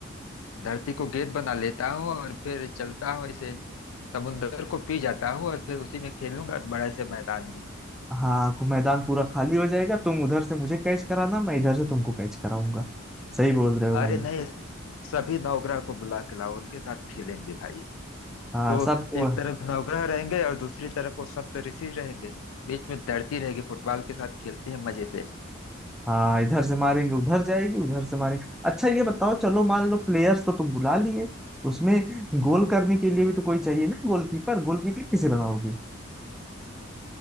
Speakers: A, on the left (about 80°); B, in the centre.
A: धरती को गेंद बना लेता हूँ और फिर चलता हूँ ऐसे समुंदर को पी जाता हूँ और फिर उसी में खेलूंगा बड़े से मैदान में
B: हाँ खु- मैदान पूरा खाली हो जाएगा तुम उधर से मुझे कैच कराना मैं इधर से तुमको कैच कराऊंगा सही बोल रहे हो भाई
A: अरे नहीं सभी नवग्रह को बुला के लाओ उनके साथ खेलेंगे भाई
B: हाँ
A: तो
B: सबको
A: एक तरफ नवग्रह रहेंगे और दूसरी तरफ वो सप्तऋषि रहेंगे बीच में धरती रहेगी फुटबॉल के साथ खेलते हैं मजे से
B: हाँ इधर से मारेंगे उधर जाएगी उधर से मारेंगे अच्छा ये बताओ चलो मान लो प्लेयर्स तो तुम बुला लिए उसमें गोल करने के लिए भी तो कोई चाहिए ना गोलकीपर गोलकीपर किसे बनाओगे